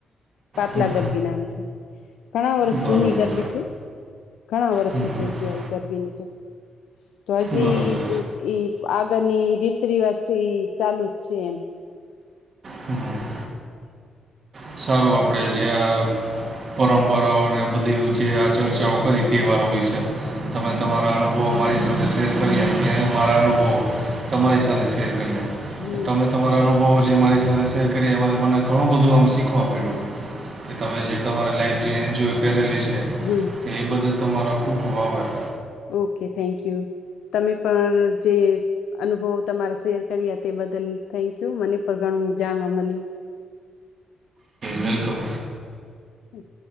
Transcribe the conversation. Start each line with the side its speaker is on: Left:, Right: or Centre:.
Left: પાટલા
Right: હમ
Left: ગરબી નામ છે. ઘણા વર્ષ
Right: બરાબર
Left: જૂની ગરબી છે ઘણા વર્ષો
Right: હમ
Left: થઈ ગયા એ ગરબીની ને તો તો હજી
Right: બરાબર
Left: એ આગળની રીત રિવાજ છે એ ચાલુ જ છે એમ
Right: હમ સારું આપણેે જે આ પરંપરાઓને બધી જે આ ચર્ચાઓ
Left: હમ
Right: કરી તહેવારો વિશે તમે તમારા અનુ હો મારી સાથે શેર કરી મે મારા અનુભવો તમારી સાથે શેર કરીએ
Left: હમ
Right: તમે તમારા અનુભવો જે મારી સાથે શેર કરી એમાંથી તમને ઘણું બધું આમ શીખવા મળ્યું. કે તમે જે તમારી લાઈફ જે એન્જોય કરેલી છે.
Left: હું
Right: તો એ બદલ તમારો ખૂબ ખૂબ આભાર.
Left: ઓકે થેન્ક્યુ તમે પણ જે. અનુભવ તમારા શેર કર્યા તે બદલ થેન્ક્યુ મને પણ ઘણું જાણવા મળ્યું.
Right: વેલકમ
Left: અચ